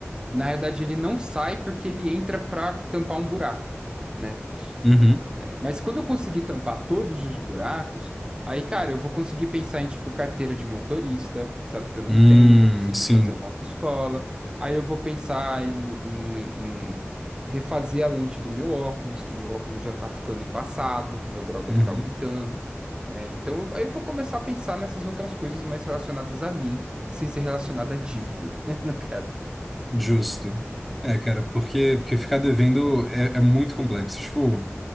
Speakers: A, on the right; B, in the centre.
A: na verdade, ele não sai porque ele entra para tampar um buraco, né?
B: uhum.
A: É, Mas quando eu conseguir tampar todos os buracos, aí, cara, eu vou conseguir pensar em, tipo, carteira de motorista, sabe, que eu não
B: Hum,
A: tenho, eu preciso
B: sim.
A: fazer uma autoescola. Aí eu vou pensar em, em- em refazer a lente do meu óculos, que meu óculos já tá ficando embaçado, meu grau deve
B: Uhum,
A: estar aumentando, né? Então, eu- aí eu vou começar a pensar nessas outras coisas mais relacionadas a mim, sem ser relacionada à dívida, <laughs> né, no caso.
B: justo. É, cara, porque, porque ficar devendo é, é muito complexo. Tipo,